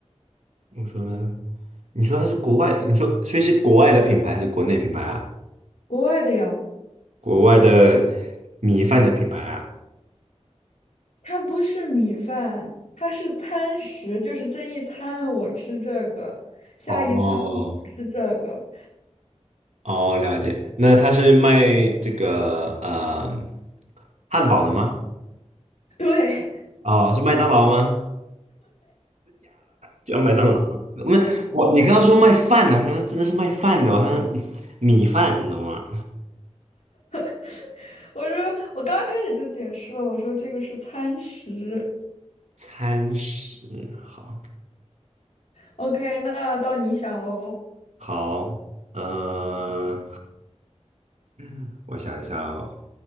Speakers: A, on the right; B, on the left.
A: 我说呢。你说它是国外，你说所以是国外的品牌还是国内品牌啊？
B: 国外的呀，
A: 国外的米饭的品牌啊？
B: 它不是米饭，它是餐食，就是这一餐我吃这个，下一餐我吃这个。
A: 哦哦，了解。那它是卖这个呃汉堡的吗？
B: 对，
A: 哦，是麦当劳吗？叫麦当劳。那我你刚刚说卖饭的，我想说真的是卖饭的，我想说米饭，你懂吗？
B: <laughs> 我说我刚刚开始就解释了，我说这个是餐食。
A: 餐食，好，
B: OK，那到你想喽，
A: 好，嗯，<laughs> 我想一下哦，